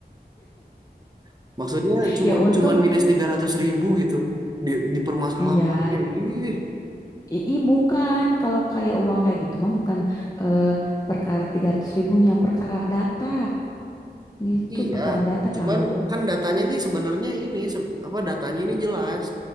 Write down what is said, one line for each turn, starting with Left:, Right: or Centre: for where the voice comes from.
Right: <laughs> Maksudnya cuma
Left: ya untung
Right: cuman minus 300 ribu gitu. Di, dipermasalahkannya.
Left: iya.
Right: Ih,
Left: I, i- bukan kalau kayak uang kayak gitu mah bukan eh, perkara tiga ratus ribunya perkara data gitu
Right: iya.
Left: perkara data
Right: Cuman
Left: tahu
Right: kan datanya nih sebenarnya ini se- apa datanya ini jelas.